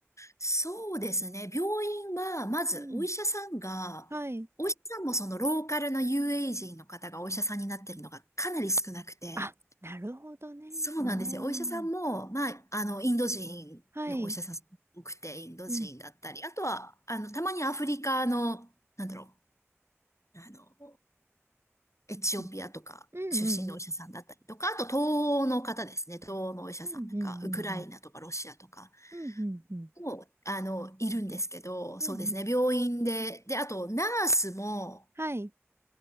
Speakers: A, on the left; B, on the right.
A: そうですね。病院は、まず、
B: うん。
A: お医者さんが、
B: はい。
A: お医者さんもそのローカルの UA 人の方がお医者さんになってるのがかなり少なくて、
B: あ、なるほどね。
A: そうなんですよ。
B: ああ。
A: お医者さんも、まあ、あの、インド人のお医者さん多くて、
B: はい。
A: インド人だったり、
B: うん。
A: あとは、あの、たまにアフリカの、なんだろう、あの、エチオピアとか出身のお医者さんだったりとか、
B: うん。うんうんえ
A: あと東欧の方ですね。東欧のお医者さんなんか、
B: うん。うんう
A: ウクライナとかロシアとか
B: んうんうんうんうんうん。
A: も、あの、いるんですけど、
B: うんうん。
A: そうですね。病院で、で、あとナースも、
B: はい。